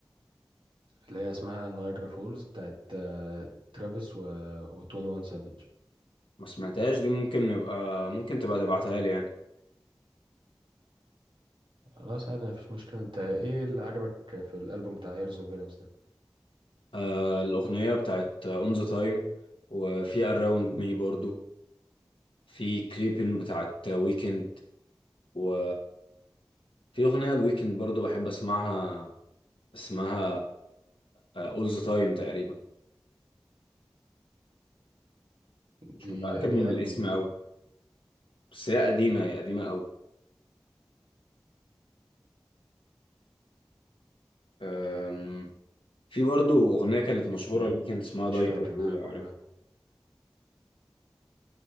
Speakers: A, on the right (about 70°); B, on the left (about 80°).
A: اللي هي اسمها نايجرا فولز بتاعت آه، ترافيس و... و 21 سافيج
B: ما سمعتهاش دي ممكن نبقى ممكن تبقى تبعتها لي يعني
A: خلاص عادي مفيش مشكلة انت ايه اللي عجبك في الألبوم بتاع هيرز اند فيلنز ده
B: آه الأغنية بتاعت اون ذا تايم وفي اراوند مي برضو في كريبين بتاعت ويكند و في أغنية الويكند برضو بحب اسمعها اسمها اول ذا تايم تقريبا مش
A: دي
B: متأكد
A: انهي
B: من الاسم
A: ألبوم دي
B: أوي بس هي قديمة هي قديمة أوي آم، في برضو أغنية كانت مشهورة
A: م-
B: الويكند اسمها داي
A: مش فاكر
B: فور يو
A: بقى
B: لو
A: كلها
B: عارفها